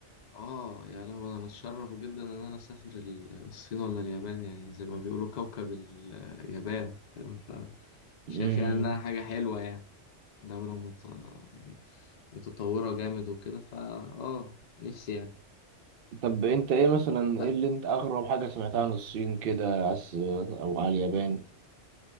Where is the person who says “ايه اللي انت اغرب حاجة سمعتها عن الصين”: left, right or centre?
Right